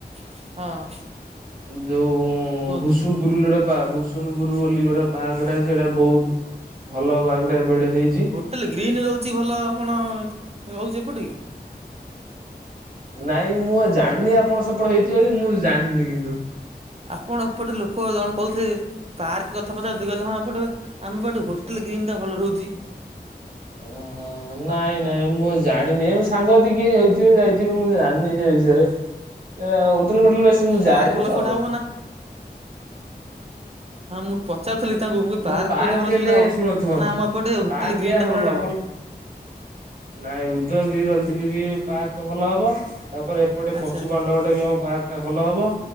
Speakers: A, on the right; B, on the right.
A: ହଁ।
B: ଯୋଉ
A: କୁହନ୍ତୁ
B: ଭୂସୁଣପୁର ବୋଲି ଗୋଟେ ପା ଭୂସୁଣପୁର ବୋଲି ଗୋଟେ ପାର୍କଟା ସେଟା ବହୁତ ଭଲ ପାଗଟା ଏପଟେ ହେଇଛି।
A: ତାଲେ ଗ୍ରୀନ୍ ରହୁଛି ଭଲ କଣ ରହୁଛି ଏପଟେ କି?
B: ନାଇଁ ମୁଁ ଆ ଜାଣିନି ଆପଣ ସେପଟେ ହେଇଥିବ ବୋଲି ମୁଁ ଜାଣିନି କିନ୍ତୁ।
A: ଆପଣ ଏପଟେ ଲୋକ ଜଣ କହୁଥିଲେ ପାର୍କ କଥା ପଚାରୁ ଥିଲେ କହିଲି ହଁ ଏପଟେ ଆମ ପଟେ ହୋଟେଲ ଗ୍ର୍ରୀନ୍ ଟା ଭଲ ରହୁଛି।
B: ଓହୋ ନାଇଁ ନାଇଁ ମୁଁ ଜାଣିନି ଏମିତି ସାଙ୍ଗସାଥୀ କିଏ ଥିବେ ଯାଇଥିବେ ମୁଁ ଜାଣିନି ସେ ବିଷୟରେ ହୋଟେଲ ଫୋଟେଲ ବେଶୀ ମୁଁ
A: ପାର୍କ
B: ଯାଏନି
A: ଭଲ
B: ତ।
A: କୋଉଟା ହବ ନା ହଁ ମୁଁ ପଚାରୁଥିଲି ତାଙ୍କୁ
B: ଉଁ
A: ପାର୍କ କୋଠି ଭଲ
B: ହେଲେ
A: ସୁବିଧା ହବ
B: ଶୁଣନ୍ତୁ ହଁ
A: ନା ଆମ ଏପଟେ ହୋଟେଲ
B: ପାର୍କ
A: ଗ୍ରୀନ୍
B: ଆମର
A: ଟା ଭଲ
B: ଏଇଟା
A: ହବ।
B: ନାଇଁ ଉଦୟଗିରି ଲଲିତଗିରି ପାର୍କ ଭଲ ହବ ତାପରେ ସେପଟେ
A: ଆଚ୍ଛା
B: ପଞ୍ଚୁ ପାଣ୍ଡବ ଟା ବି ଆମ ପାର୍କଟା ଭଲ ହବ